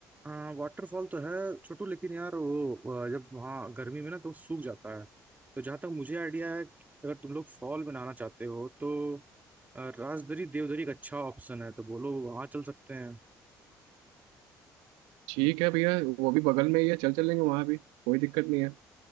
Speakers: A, on the right; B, on the right.
A: हाँ वाटरफॉल तो है छोटू लेकिन यार वो आ, जब वहाँ गर्मी में ना तो सूख जाता है तो जहाँ तक मुझे आइडिया है अगर तुम लोग फॉल बनाना चाहते हो तो आ, राजदरी देवदरी एक अच्छा ऑप्शन है तो बोलो वहाँ चल सकते हैं
B: ठीक है भैया वो भी बगल में ही है चल चलेंगे वहाँ भी कोई दिक्कत नहीं है